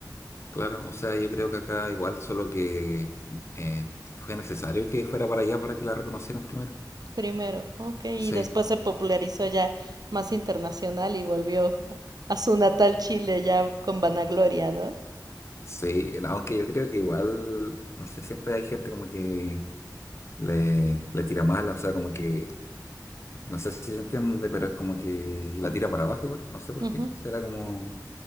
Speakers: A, on the left (about 40°); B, on the right (about 60°).
A: claro, o sea, yo creo que acá igual, solo que eh, fue necesario que fuera para allá para que la reconocieran primero.
B: Primero, ok, y
A: Sí,
B: después se popularizó ya más internacional y volvió a su natal Chile ya con vanagloria, ¿no?
A: sí, no, aunque yo creo que igual, no sé, siempre hay gente como que le, le tira mala o sea, como que, no sé si se entiende, pero es como que la tira para abajo igual, no sé por
B: Ujú.
A: qué. Será como